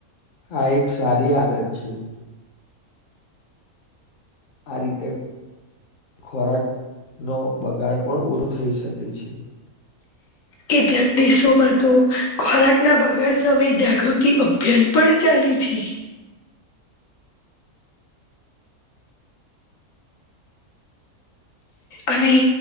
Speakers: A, on the left; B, on the left.
A: આ એક સારી આદત છે. આ રીતે ખોરાક નો બગાડ પણ ઉભો થઈ શકે છે.
B: કેટલાક દેશોમાં તો ખોરાક ના બગાડ સામે જાગૃતિ અભિયાન પણ ચાલી છે. અને